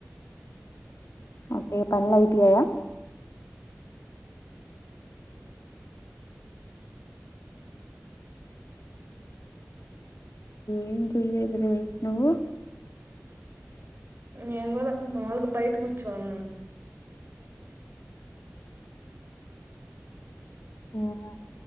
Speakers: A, on the left; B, on the right.
A: ఓకే పనిలఐబయాయా ఏం చెయలేద్రీ నువ్వు
B: నేను కూడా మాాలుగు బయట కూర్చోన్నాను
A: అవునా